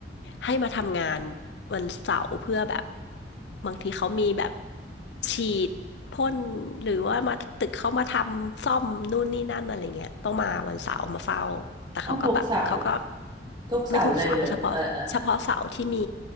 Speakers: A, on the left; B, on the right.
A: ให้มาทำงานวันเสาร์เพื่อแบบบางทีเขามีแบบฉีดพ่นหรือว่ามาตึกเขามาทำซ่อมนู่นนี่นั่นอะไรเงี้ยต้องมาวันเสาร์มาเฝ้าแต่เขาก็แบบเขาก็
B: ต้องทุกเสาร์ ทุกเสาร์เลยเหรอเออเออเออ
A: ไม่ทุกเสาร์เฉพาะเฉพาะเสาร์ที่มี